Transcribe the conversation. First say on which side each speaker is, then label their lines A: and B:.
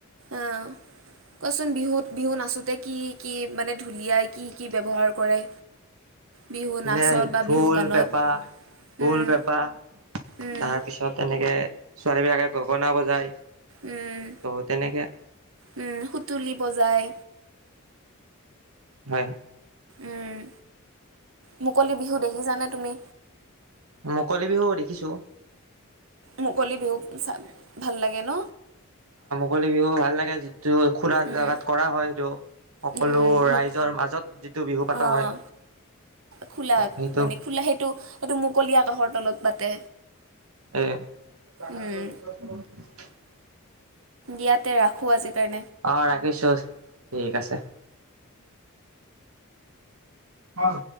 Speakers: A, on the right; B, on the right.
A: অ', কোৱাচোন বিহুত বিহু নাচোতে কি কি মানে ঢুলীয়াই কি কি ব্যৱহাৰ কৰে? বিহু
B: ঢুলীয়াই
A: নাচত বা
B: ঢোল,
A: বিহু গানত
B: পেঁপা, ঢোল,
A: উম
B: পেঁপা
A: উম
B: তাৰ পিছত তেনেকে ছোৱালীবিলাকে গগনা বজায়।
A: উম,
B: ত' তেনেকে
A: উম, সুতুলি বজাই।
B: হয়।
A: উম মুকলি বিহু দেখি কি জানে তুমি
B: মুকলি বিহু দেখিছো
A: মুকলি বিহু চাই ভাল লাগে ন
B: কলি বিহু ভাল লাগে যি টো খোলা
A: উম
B: জেগাত কৰা হয় সেইটো সকলো
A: উম মোক
B: ৰাইজৰ মাজত যিটো বিহু পতা
A: অঁ
B: হয়
A: খোলাত
B: অ সেইটো
A: মানে খোলা সেইটো সেইটো মুকলি আকাশৰ তলত পাতে
B: এ চৰত
A: উম। ইয়াতে ৰাখো আজিৰ কাৰ
B: আহ ৰাখিছো ঠিক আছে হেল্ল